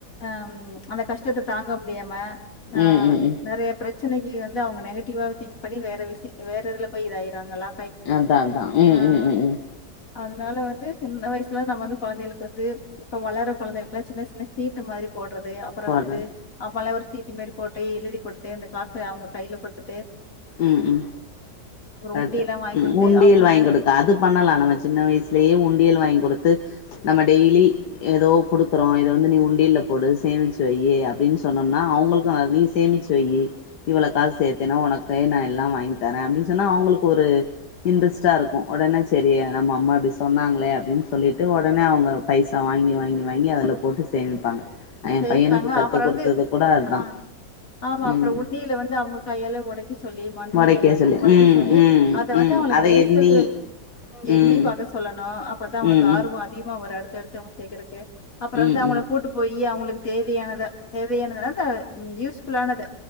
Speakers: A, on the left (about 50°); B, on the left (about 70°).
A: அஹம் அந்த கஷ்டத்தை தாங்க முடியாம
B: ம்
A: ஆஹ்
B: ம் ம்
A: நிறைய பிரச் ன்ன அவங்க நெகட்டிவா திங்க் பன்னி வேறலய இதுல போய்இதா ஆயிரங்களா
B: அதா அதா ம்
A: ஆஹ்
B: ம் ம் ம்
A: அதனால வந்து சின்ன வயசுல நம்ம வந்து குழந்தைகளுக்கு வந்து இப்ப வளர குழந்தை களுக்கெல்லாம் சின்ன சின்ன சீட்டு மாதிரி போட்றது அப்புறம்
B: போட்றது
A: வந்து அப்பல்லாம் ஒரு சீட்டு மாரி போட் எழுதி கொடுத்த இந்த காசை அவங்களுக் கையில கொடுத்துட்டு
B: உம் உம் கர
A: உண்டியல்லாம் வாங்கி
B: உம்
A: குடுத்து
B: உண்டியல்
A: அவங்கள
B: வாங்கி கொடுக்க அது பண்ணலாம் நம்ம சின்ன வயசுலேயே உண்டியல் வாங்கி கொடுத்து நம்ம டெய்லி ஏதோ கொடுக்கறோம் இத வ நீ உண்டியல போடு சேமிச்சு வை அப்படின்னு சொன்னோம்னா அவங்களுக்கு நீ சேமிச்ச வை இவ்வள காச சேர்த்தேன்னா உனக்கு நான் எல்லாம் வாங்கி தரேன் அப்படின்னு சொன்னா அவங்களுக்கு ஒரு இன்ட்ரெஸ்ட்டாக இருக்கும் உடனே சரி நம்ம அம்மா அப்படி சொன்னாங்களே அப்படின்னு சொல்லிவிட்டு உடனே அவங்க பைசா வாங்கி வாங்கி வாங்கி அதில் போட்டு சேமிப்பாங்க எ
A: செய்ப்பாங்க
B: பையனுக்கு கத்து
A: அப்புறம்
B: குடுத்தது
A: வந்து
B: கூட அதா
A: ஆஹ் ஆமா அப்புறம்
B: ம்
A: உண்டியல் வந்து அவங்க கையால உடைக்கி சொல்லி மண்
B: மொளைக்க
A: உண்டயல் வாங்கி
B: சொல்லி
A: ஒடைக்க
B: ம்
A: சொல்லி
B: ம்
A: அத வந்து
B: ம்
A: அவளுக்கு
B: அத
A: ரெய்யிசல்
B: எண்ணி
A: எண்ணி
B: ம்
A: பார்க சொல்லணும் ஆ பார்த்தா உனக்குஆர்வம்
B: ம் ம்
A: அதிகமா வராரு <unintelligible> அப்புற வந்து
B: ம்
A: அவங்கள
B: ம்
A: கூட்டுப் போய்ட்டு ஏ அவங்களுக்கு தேவையானத தேவையானதுன யூஸ் புல்லானது